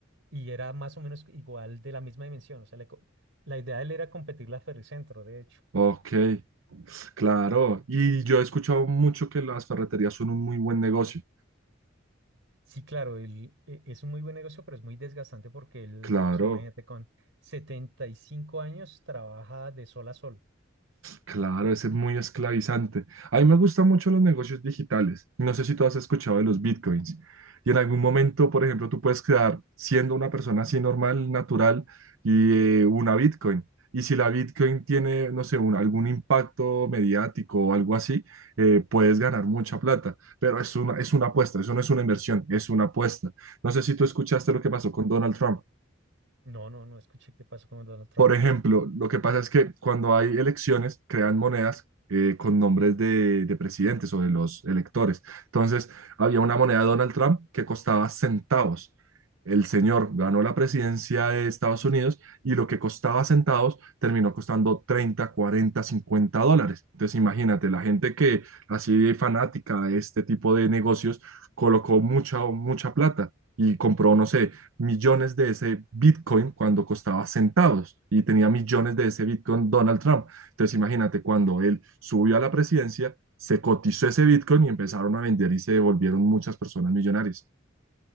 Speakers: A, on the right (about 70°); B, on the right (about 85°).
A: y era más o menos igual de la misma dimensión, o sea, le co- la idea de él era competir la Ferricentro, de hecho.
B: Ok, claro. Y yo he escuchado mucho que las ferreterías son un muy buen negocio.
A: Sí, claro, el- e- es un muy buen negocio, pero es muy desgastante porque él,
B: Claro.
A: o sea, imagínate, con 75 años trabaja de sol a sol.
B: Claro, ese es muy esclavizante. A mí me gustan mucho los negocios digitales. No sé si tú has escuchado de los bitcoins. Y en algún momento, por ejemplo, tú puedes crear, siendo una persona así normal, natural, y eh, una bitcoin. Y si la bitcoin tiene, no sé, un- algún impacto mediático o algo así, eh, puedes ganar mucha plata. Pero es una, es una apuesta, eso no es una inversión, es una apuesta. No sé si tú escuchaste lo que pasó con Donald Trump.
A: No, no, no escuché qué pasó con Donald Trump.
B: Por ejemplo, lo que pasa es que cuando hay elecciones, crean monedas eh, con nombres de, de presidentes o de los electores. Entonces, había una moneda de Donald Trump que costaba centavos. El señor ganó la presidencia de Estados Unidos y lo que costaba centavos terminó costando 30, 40, 50 dólares. Entonces, imagínate, la gente que así fanática de este tipo de negocios colocó mucha, mucha plata y compró, no sé, millones de ese Bitcoin cuando costaba centavos y tenía millones de ese Bitcoin Donald Trump. Entonces imagínate, cuando él subió a la presidencia, se cotizó ese Bitcoin y empezaron a vender y se volvieron muchas personas millonarias.